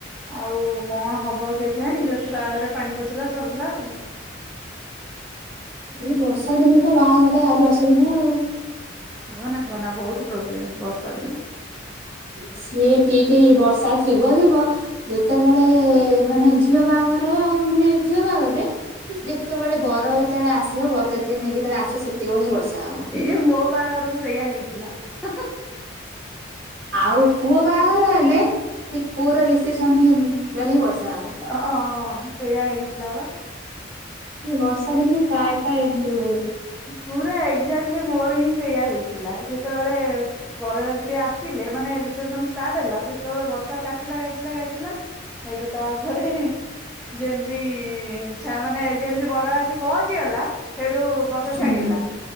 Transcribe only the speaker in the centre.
ଆଉ କଣ ହବ କେଜାଣି ଯଦି ବାହାଘରେ ପାଣି ପଶିଲା ସରିଲା ଆଉ।
କୁହନା କୁହନା ବହୁତ ପ୍ରୋବ୍ଲେମ୍ ବର୍ଷା ଦିନେ।
ଇଏ ମୋ ବାହାଘରକୁ ସେଇଆ ହେଇଥିଲା। ହଁ ହଁ।
ଅ ଅ ଅ ସେଇୟା ହେଇଥିଲା ବା।
ପୁରା ଏକ୍ଜାକ୍ଟଲି ମୋର ହିଁ ସେଇୟା ହେଇଥିଲା ଯେତେବେଳେ ବରଯାତ୍ରୀ ଆଶ୍ ଥିଲେ ମାନେ ରିସେପସନ ଷ୍ଟାର୍ଟ ହେଲା ସେତେବେଳେ ବର୍ଷା କାଚିଲା କାଚିଲା କାଚିଲା। ହେଇଠୁ ତାପରେ ଯେମିତି ଛା ମାନେ ଯେମିତି ବର ଆସି। ପହଞ୍ଚିଗଲା ସେଇଠୁ ବର୍ଷା
ଛାଡିଗଲା।